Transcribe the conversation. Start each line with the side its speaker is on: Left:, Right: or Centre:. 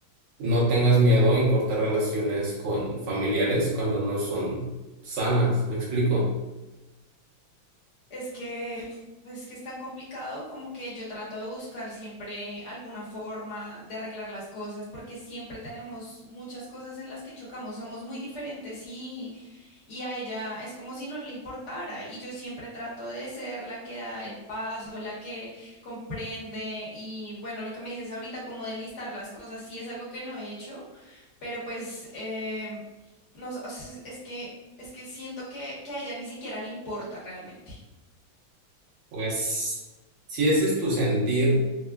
Right: no tengas miedo en cortar relaciones con familiares cuando no son sanas. ¿Me explico?
Left: Es que, <laughs> es que es tan complicado como que yo trato de buscar siempre alguna forma de arreglar las cosas, porque siempre tenemos muchas cosas en las que chocamos, somos muy diferentes y, y a ella es como si no le importara. Y yo siempre trato de ser la que da el paso, la que comprende. Y bueno, lo que me dices ahorita, como de listar las cosas, sí es algo que no he hecho, pero pues em, no, o sea, es que, es que siento que, que a ella ni siquiera le importa realmente.
Right: Pues si ese es tu sentir,